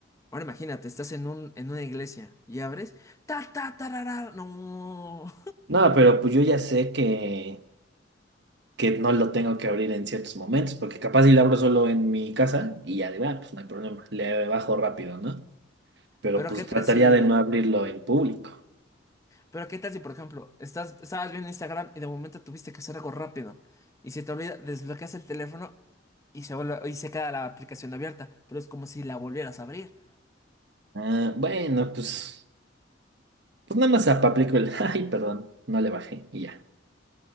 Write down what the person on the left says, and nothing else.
Ahora imagínate, estás en un, en una iglesia y abres. Ta, ta, tarara, no.
<laughs>
Pero
qué tal
si.
Pero qué tal si, por ejemplo, estás, estabas viendo Instagram y de momento tuviste que hacer algo rápido y se te olvida, desbloqueas el teléfono y se vuelve, y se queda la aplicación abierta, pero es como si la volvieras a abrir.